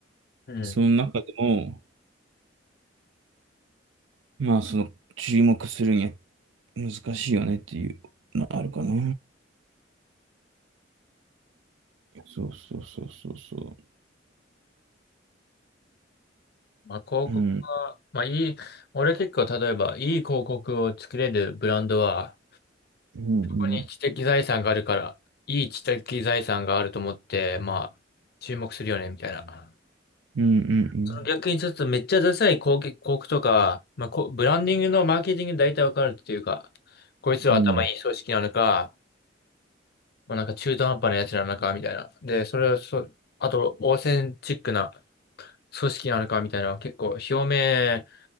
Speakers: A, on the left; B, on the right.
A: うん。
B: その中でも、まあその注目するには難しいよねっていうのはあるかな。そうそうそうそうそ
A: まあ、広告は、
B: う。うん、
A: まあ、いい、俺結構、例えば、いい広告を作れるブランドは、
B: うん、
A: ここに知的財産があるから、
B: うん、
A: いい知的財産があると思って、まあ、注目するよね、みたいな。
B: うん、うん、
A: その逆にちょっとめっちゃダサい広告広告とか、まあ、こうブランディングのマーケティングで大体わかるっていうか、こいつは頭いい組織なのか、
B: うん、
A: まあ、なんか中途半端なやつなのか、みたいな。で、それをそ、あと、オーセンチックな組織なのか、みたいな、結構表面